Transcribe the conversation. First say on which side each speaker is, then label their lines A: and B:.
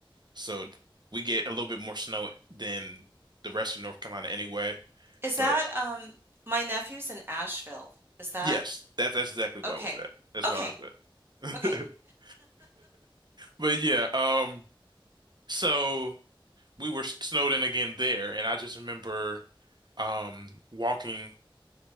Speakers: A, on the right (about 55°); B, on the right (about 25°).
A: so we get a little bit more snow than the rest of North Carolina anyway.
B: Is
A: But
B: that um my nephew's in Asheville? Is that
A: yes, that that's exactly where
B: okay?
A: I was at. That's
B: Okay.
A: where I was at.
B: Okay.
A: <laughs> But yeah, um, so we were snowed in again there, and I just remember um walking.